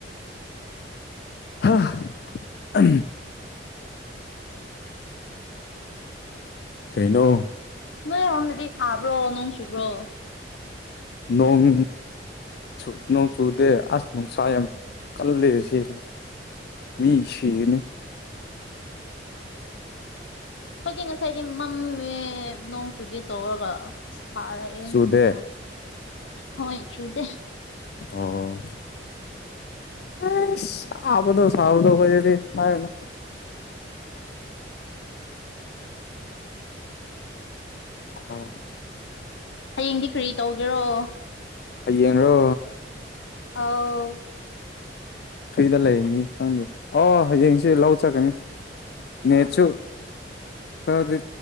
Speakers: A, on the left; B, on the left.
A: ꯍꯥ ꯑꯍꯝ ꯀꯩꯅꯩꯅꯣ
B: ꯅꯣꯏ ꯁꯣꯝꯗꯗꯤ ꯁꯥꯕ꯭ꯔꯣ ꯅꯣꯡ ꯆꯨꯕ꯭ꯔꯣ
A: ꯅꯣꯡ ꯆꯨꯠꯅ ꯆꯨꯗꯦ ꯑꯁ ꯅꯨꯡꯁꯥ ꯌꯥꯝ ꯀꯜꯗꯁꯤ ꯃꯤ ꯁꯤꯅꯦ
B: ꯍꯣꯏꯗꯤ ꯉꯁꯥꯏꯗꯤ ꯃꯝꯃꯦ ꯅꯣꯡ ꯆꯨꯒꯦ ꯇꯧꯔꯒ ꯐꯥꯔꯛꯑꯦ
A: ꯆꯨꯗꯦ
B: ꯍꯧꯖꯤꯛ ꯍꯣꯏ ꯆꯨꯗꯦ
A: ꯑꯣ ꯍ ꯁꯥꯕꯗꯣ ꯁꯥꯐꯗ ꯑꯣꯏꯗꯤ ꯍꯥꯏꯅ ꯑꯣ
B: ꯍꯌꯦꯡꯗꯤ ꯀꯔꯤ ꯇꯧꯒꯦꯔꯣ
A: ꯍ ꯌꯦꯡꯔꯣ
B: ꯑꯥꯎ
A: ꯐ꯭ꯔꯤꯗ ꯂꯩꯔꯅꯤ ꯈꯪꯗꯦ ꯑꯣ ꯍꯌꯦꯡꯁꯤꯦ ꯂꯧ ꯆꯠꯀꯅꯤ ꯅꯦꯆꯨ ꯈꯔꯗꯤ